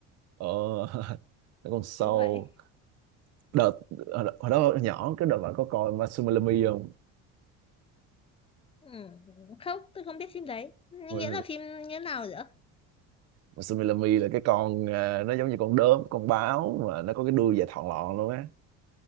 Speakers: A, on the right; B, on the left.
A: ờ, <laughs> còn Soul
B: như vậy
A: đợt hồi đó hồi đó nhỏ cái đợt bạn có coi Masumilami không
B: Ừm, không tôi không biết phim đấy Nhưng
A: Ôi,
B: nghĩa là phim như thế nào vậy ạ?
A: Masumilami là cái con à, nó giống như con đốm con báo mà nó có cái đuôi dài thọn lọn luôn á